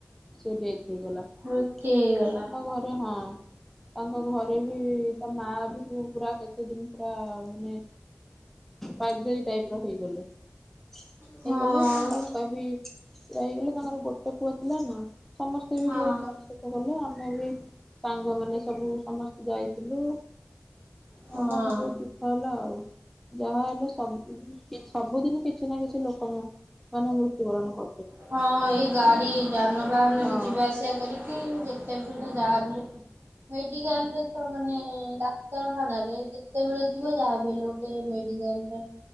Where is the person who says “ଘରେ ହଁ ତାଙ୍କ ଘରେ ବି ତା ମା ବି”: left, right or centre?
Centre